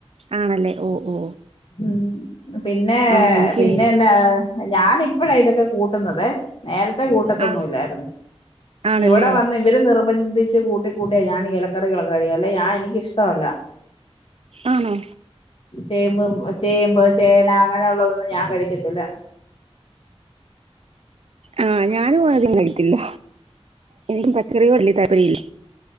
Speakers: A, on the right; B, on the left.
A: ആണല്ലേ ഓ ഓ
B: ഉം പിന്നെ
A: ആ എനിക്കിനി
B: പിന്നെ എന്നാ ഞാനിപ്പഴാ ഇതൊക്കെ കൂട്ടുന്നതേ നേര ത്തെ കൂട്ടത്തൊന്നും
A: ആ
B: ഇല്ലായി
A: ആണല്ലേ
B: ഇവിടെ വന്ന് ഇവര് നിർബന്ധിച്ച് കൂട്ടി കൂട്ടിയ ഞാൻ എലക്കറികളൊക്കെ കഴിയ അല്ലെങ്കി ഞാൻ എനിക്കിഷ്ടവല്ല
A: ആണോ
B: ചേമ്പ് ചേമ്പ് ചേന അങ്ങനെയുള്ളതൊന്നും ഞാൻ കഴിക്കത്തില്ല
A: ആഹ് ഞാനും ആദ്യം കഴിക്കില്ല എനിക്കും പച്ചറികളോട് വല്യ താൽപര്യയില്ല